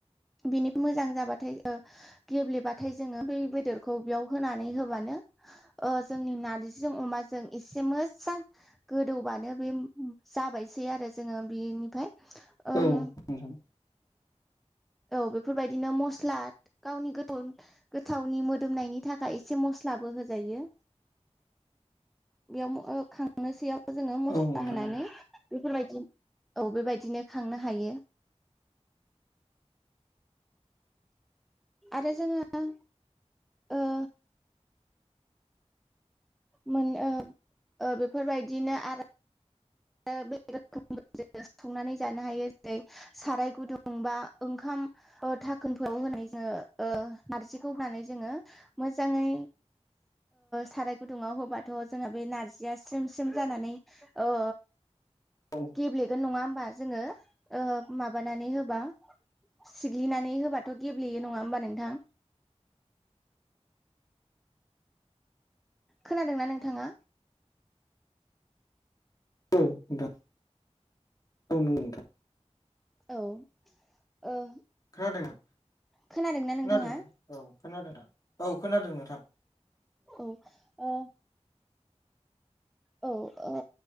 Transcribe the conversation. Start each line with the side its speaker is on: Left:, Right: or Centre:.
Centre: बिनि मोजां जाबाथाय गेब्लेबाथाय जोङो बे बेदरखौ बेयाव होनानै होब मानो जोंनि नारजिजों अमाजों एसे मोजां गोदौबानो बे जाबायसै आरो जोङो बेनिफ्राय। ओम
Left: औ नंगौ
Centre: औ बेफोरबायदिनो मस्ला गावनि गोथौ गोथावनि मोदोमनायनि थाखाय एसे मस्लाबो होजायो
Left: <inaudible>
Centre: बेयाव खांनोसैयाव जोङो मस्ला
Left: औ नोंथां नंगौ औ नोंथां
Centre: होनानै
Left: औ
Centre: बेफोरबायदि औ बेबायदिनो खांनो हायो आरो जोङो ओ मोन ओ बेफोरबायदिनो आरो आरो बे रोखोम संनानै जानो हायो जेरै साराय गुदुं बा ओंखाम थाखोनखौ होनाय जोङो नारजिखौ होनानै जोङो मोजाङै साराय गुदुङाव होबाथ' जोंहा बे नारजिया स्रेम स्रेम जानानै ओ
Left: <unintelligible>
Centre: गेब्लेगोन नङा होमबा जोङो माबानानै होबा सिग्लिनानै होबाथ' गेब्लेयो नङा होमबा नोंथां खोनादों ना नोंथाङा
Left: औ नोंथां <inaudible> औ नोंथां <unintelligible>
Centre: औ ओ
Left: खोनादों ना <unintelligible>
Centre: खोनादोंना नोंथाङा
Left: खोनादों ना औ खोनादों नोंथां औ खोनादों नोंथां
Centre: औ आ औ आ